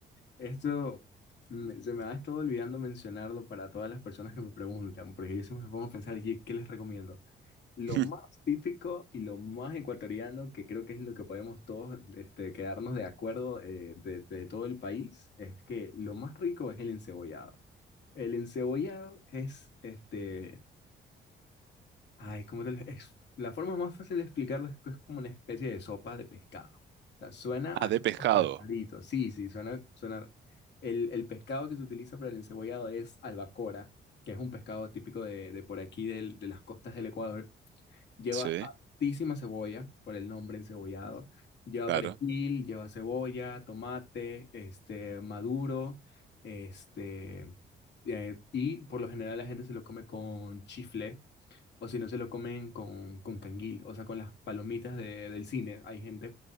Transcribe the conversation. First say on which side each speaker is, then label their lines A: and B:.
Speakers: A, on the left (about 60°); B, on the right (about 65°).
A: Esto me- se me ha estado olvidando mencionarlo para todas las personas que me preguntan, porque yo siempre me pongo a pensar, "¿Y ¿qué les recomiendo? Lo
B: <laughs>
A: más típico y lo más ecuatoriano, que creo que es lo que podemos todos este, quedarnos de acuerdo eh, de, de todo el país, es que lo más rico es el encebollado. El encebollado es este, Ay, como te lo ex- la forma más fácil de explicarla es que es como una especie de sopa de pescado. O sea, suena así
B: Ah, de pescado.
A: como que rarito. Sí, sí, suena, suena. El, el pescado que se utiliza para el encebollado es albacora, que es un pescado típico de, de por aquí, del- de las costas del Ecuador. Lleva
B: Sí,
A: altísima cebolla, por el nombre encebollado. Lleva
B: claro.
A: perejil, lleva cebolla, tomate, este, maduro, este, eh, y por lo general la gente se lo come con chifle o si no se lo comen con, con canguil, o sea, con las palomitas de- del cine. Hay gente,